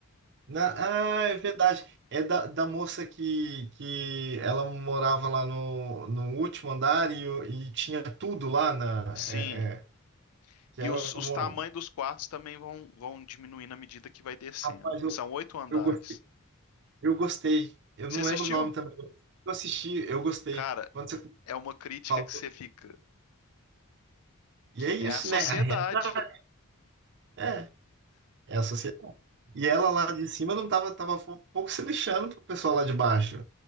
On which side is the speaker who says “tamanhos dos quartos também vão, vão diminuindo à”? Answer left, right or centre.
Left